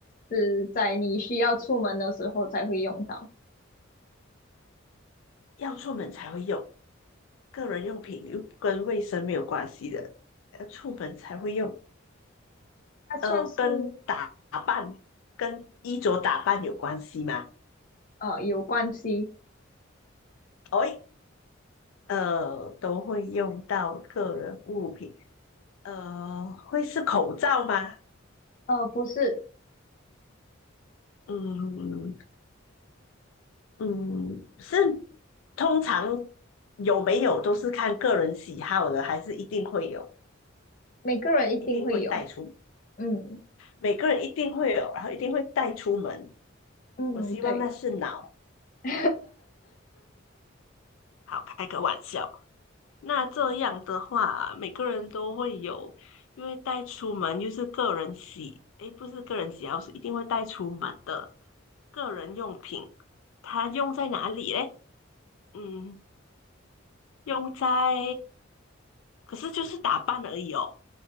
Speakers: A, on the left (about 45°); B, on the left (about 80°).
A: 是在你需要出门的时候才会用到。
B: 要出门才会用，个人用品又跟卫生没有关系的，要出门才会用。
A: 它算是
B: 呃，跟打扮、跟衣着打扮有关系吗？
A: 呃有关系，
B: 哎，呃，都会用到个人物品。呃，会是口罩吗？
A: 呃，不是
B: 嗯嗯，是通常有没有都是看个人喜好的，还是一定会有，
A: 每个人一定会有。
B: 一定会带出，
A: 嗯
B: 每个人一定会有，然后一定会带出门。
A: 嗯，
B: 我希望那是脑，
A: 对，<laughs>
B: 好开个玩笑。那这样的话，每个人都会有，因为带出门又是个人喜，诶，不是个人喜好，是一定会带出门的个人用品，它用在哪里嘞？嗯，用在，可是就是打扮而已哦。